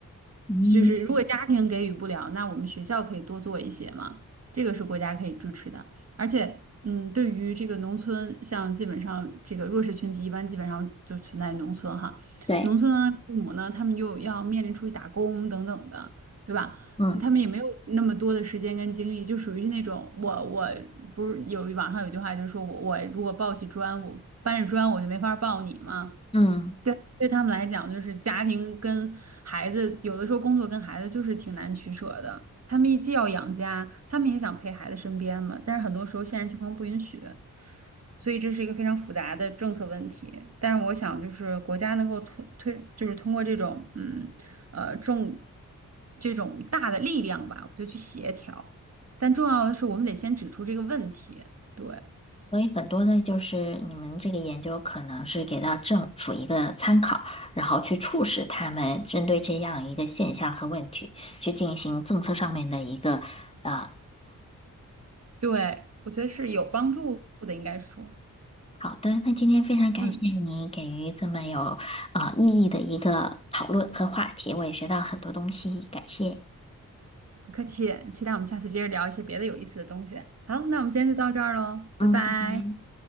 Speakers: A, on the left; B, on the right.
A: 嗯，
B: 就是如果家庭给予不了，那我们学校可以多做一些嘛，这个是国家可以支持的。而且，嗯，对于这个农村，像基本上这个弱势群体，一般基本上就存在农村哈，
A: 对，
B: 农村的父母呢，他们又要面临出去打工等等的，对吧？
A: 嗯
B: 他们也没有那么多的时间跟精力，就属于是那种我我不是有网上有句话就是说我我如果抱起砖，我搬着砖我就没法抱你嘛。
A: 嗯。
B: 对，对他们来讲，就是家庭跟孩子，有的时候工作跟孩子就是挺难取舍的。他们既要养家，他们也想陪孩子身边嘛，但是很多时候现实情况不允许，所以这是一个非常复杂的政策问题。但是我想，就是国家能够推推，就是通过这种嗯呃重这种大的力量吧，我就去协调。但重要的是，我们得先指出这个问题。对，
A: 所以很多的，就是你们这个研究可能是给到政府一个参考，然后去促使他们针对这样一个现象和问题去进行政策上面的一个。呃
B: 对，我觉得是有帮助的，应该说，
A: 好的，那今天非常感谢你给予这么有啊、
B: 嗯。
A: 呃意义的一个讨论和话题，我也学到很多东西，感谢。
B: 不客气，期待我们下次接着聊一些别的有意思的东西。好，那我们今天就到这儿喽，
A: 嗯，
B: 拜拜。
A: 拜拜。